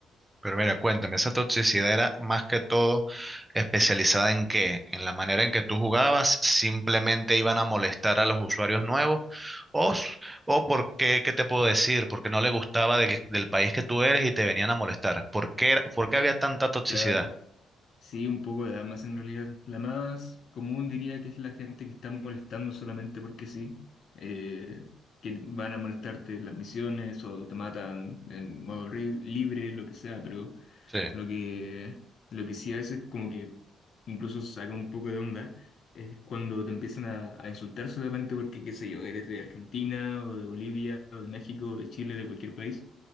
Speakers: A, on the right (about 15°); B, on the left (about 60°).
A: Pero mira, cuéntame, ¿esa toxicidad era más que todo especializada en qué? ¿En la manera en que tú jugabas? ¿Simplemente iban a molestar a los usuarios nuevos? ¿O, s- o por qué, qué te puedo decir? Porque no le gustaba del, del país que tú eres y te venían a molestar. ¿Por qué, era- por qué había tanta toxicidad?
B: Claro, sí, un poco de damas en realidad. La más común diría que es la gente que está molestando solamente porque sí, eh, que van a molestarte en las misiones o te matan en modo ri- libre, lo que sea, pero
A: Sí,
B: Lo que, lo que sí a veces como que incluso saca un poco de onda es cuando te empiezan a, a insultar solamente porque, qué sé yo, eres de Argentina o de Bolivia o de México o de Chile, de cualquier país